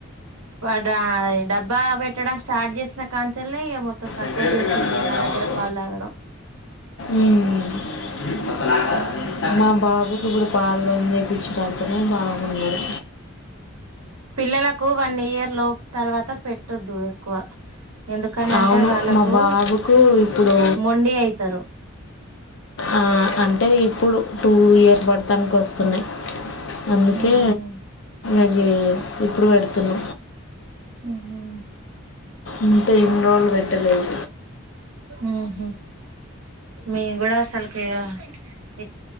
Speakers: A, on the right; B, on the left.
A: వడా డబ్బా పెట్టడం స్టార్ట్ జేసిన కాన్నుంచెల్లేె, ఇగ మొత్తం తక్కువ
B: ఎంత చెప్పిందండి
A: జేసింది
B: నవీన్
A: నా
B: అమ్మకు
A: దగ్గర పాలు తాగడం.
B: ఉమ్. మొత్తం
A: అట్లా
B: మా బాబుకు గుడ పాలు మేపించడానికనే బాబున్నడు.
A: పిల్లలకు వన్ ఇయర్ లోపు, తర్వాత పెట్టొద్దు ఎక్కువ. ఎందుకనంటే
B: అవును.
A: వాళ్ళకు
B: మా బాబుకు ఇప్పుడు,
A: మొండి అయితారు
B: ఆ అంటే ఇప్పుడు టూ ఇయర్స్ బడుతానికి ఒస్తున్నయ్. అందుకే
A: ఉహు
B: అదీ, ఇప్పుడు బెడుతున్న.
A: ఊహ్.
B: ఇంతే! ఇన్ని రోజులు బెట్టలేదు.
A: ఊహు. మీగ్గుడా అసలుకీ ఇగ